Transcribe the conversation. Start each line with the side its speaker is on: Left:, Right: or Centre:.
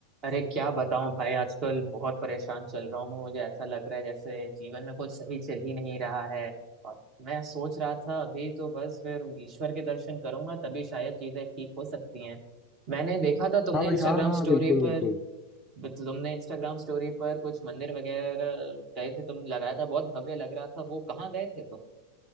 Right: अरे क्या बताऊं भाई आजकल बहुत परेशान चल रहा हूँ मैं मुझे ऐसा लग रहा है जैसे जीवन में कुछ सही चल ही नहीं रहा है और मैं सोच रहा था अभी तो बस फिर ईश्वर के दर्शन करूंगा तभी शायद चीजें ठीक हो सकती हैं मैंने देखा था तुमने
Left: हाँ भाई
Right: इंस्टाग्राम
Left: हाँ हाँ
Right: स्टोरी
Left: बिल्कुल बिल्कुल
Right: पर तुमने इंस्टाग्राम स्टोरी पर कुछ मंदिर वगैरह गए थे तुम लगाया था बहुत भव्य लग रहा था वो कहाँ गए थे